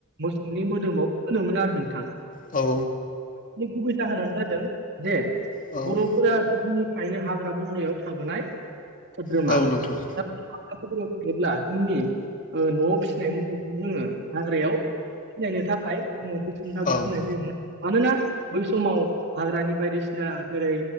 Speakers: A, on the right (about 50°); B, on the left (about 35°).
A: मोसौनि मोदोमाव फोमोन आरो नोंथां।
B: औ।
A: गुबै जाहोनानो जादों जे
B: औ
A: बर'फोरा गोदोनिफ्रायनो हाग्रा बंग्रायाव थाबोनाय सोद्रोमा
B: औ नोंथां
A: <unintelligible> जोंनि न'आव फिसिनाय मोसौखौ जोङो हाग्रायाव सिनायनो थाखाय बुङो गोथौ खुन्थाखो
B: औ
A: खोनाय जायोमोन मानोना बै समाव हाग्रानि बायदिसिना जेरै